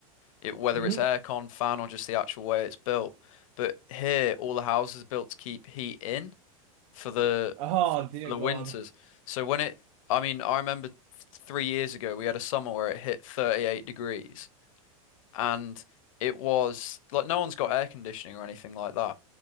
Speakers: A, on the left; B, on the right.
A: it, whether
B: Mm-hmm.
A: it's aircon, fan, or just the actual way it's built. But here, all the houses are built to keep heat in for the
B: Oh,
A: for
B: dear
A: the
B: God.
A: winters. So when it, I mean, I remember th- three years ago we had a summer where it hit 38 degrees and it was like no one's got air conditioning or anything like that.